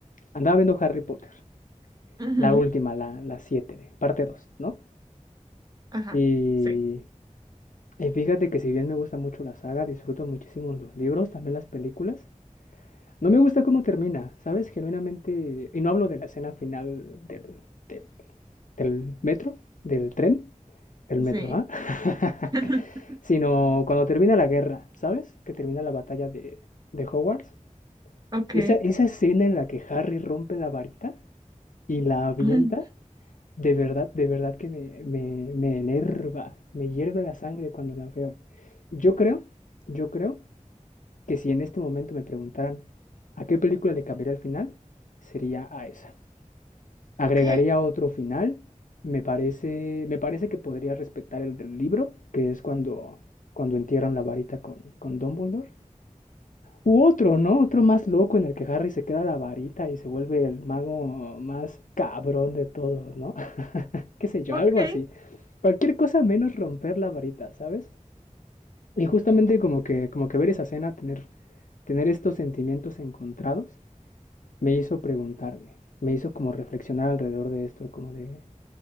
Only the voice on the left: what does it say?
andaba viendo Harry Potter,
la última, la, la 7, parte 2, ¿no?
Y,
y fíjate que si bien me gusta mucho la saga, disfruto muchísimo los libros, también las películas, no me gusta cómo termina, ¿sabes? Genuinamente, y no hablo de la escena final del, de del metro, del tren, del
metro, ¿ah? <laughs>
Sino cuando termina la guerra, ¿sabes? Que termina la batalla de, de Hogwarts.
Esa, esa escena en la que Harry rompe la varita y la avienta,
de verdad, de verdad que me, me, me enerva, me hierve la sangre cuando la veo. Yo creo, yo creo que si en este momento me preguntaran a qué película le cambiaría el final, sería a esa. Agregaría
otro final. Me parece, me parece que podría respetar el del libro, que es cuando, cuando entierran la varita con, con Dumbledore. U otro, ¿no? Otro más loco en el que Harry se queda la varita y se vuelve el mago más cabrón de todos, ¿no? <laughs> Qué sé yo,
algo así. Cualquier cosa menos romper la varita, ¿sabes? Y justamente como que, como que ver esa escena, tener, tener estos sentimientos encontrados, me hizo preguntarme, me hizo como reflexionar alrededor de esto, como de,